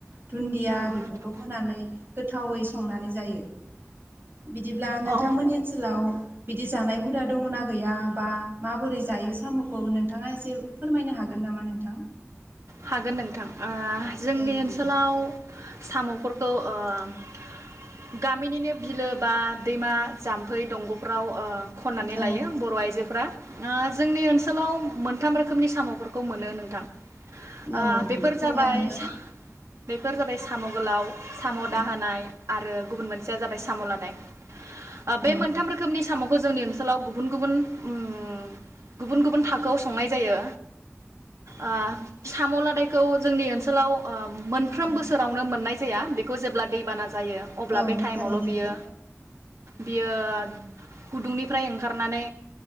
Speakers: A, on the right; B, on the right.
A: दुन्दिया
B: नंगौ
A: बेफोरखौ
B: नोंथां
A: होनानै गोथावै संनानै जायो। बिदिब्ला नोंथांमोननि
B: अ
A: ओनसोलाव बिदि जानाय हुदा दंङना गैया बा माबोरै जायो साम' औ नोंथांङा एसे फोरमायनो हागोन नामा नोंथां?
B: हागोन नोंथां ओ
A: औ
B: जोंनि
A: दे बिदिब्ला
B: ओ ओनसोलाव साम'फोरखौ‌ ओ गामिनिनो बिलो बा दैमा जाम्फै दंग'फ्राव ओ खननानै
A: औ
B: लायो बर' आइजोफोरा। ओ जोंनि ओनसोलाव मोनथाम रोखोमनि साम'फोरखौ मोनो नोंथां। ओ
A: औ
B: बेफोर
A: बुंनानै
B: जाबाय
A: हो
B: बेफोर जाबाय साम' गोलाव साम'
A: औ
B: दाहोनाय आरो गुबुन मोनसेया जाबाय साम'लादाय। ओ बे
A: औ
B: मोनथाम रोखोमनि साम' खौ जोंनि ओनसोलाव गुबुन-गुबुन उम गुबुन-गुबुन थाखोआव संनाय जायो ओ। साम' लादायखौ जोंनि ओनसोलाव उम मोनफ्रोम
A: औ
B: बोसोरावनो मोननाय जाया बे जेब्ला दैबाना जायो अब्ला
A: औ
B: बे थाइयेमावल
A: थारैनो
B: बेयो
A: नोंथां
B: बियो गुदुं निफ्राय खारनानै